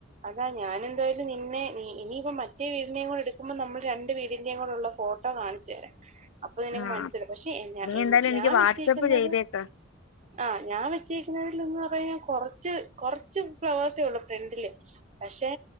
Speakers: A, on the right; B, on the left.
A: അതാ ഞാനെന്തായാലും നിന്നെ ഇനിപ്പ മറ്റെ മറ്റേ വീടിന്റെേയും കൂടെ എടുക്കുമ്പോൾ നമ്മള് രണ്ട് വീടിന്റെേയും കുടെയുള്ള ഫോട്ടോ കാണിച്ച് തരാം. അപ്പൊ നിനക്ക്
B: ആഹ്
A: മനസ്സില്ല പക്ഷെ എ എന്നെ
B: നീ എന്തായാലും എനിക്ക്
A: ഞാൻ
B: വാട്സപ്പ്
A: വെച്ചിരിയിക്കുന്നത്.
B: ചെയ്തേക്ക്
A: ആ ഞാൻ വെച്ചക്കുന്നതിൽന്ന് പറ കഴിഞ്ഞാൽ കൊറച്ച് കൊറച്ച് ഫ്ലവേഴ്സേ ഉള്ളൂ ഫ്രണ്ടില്. പക്ഷെ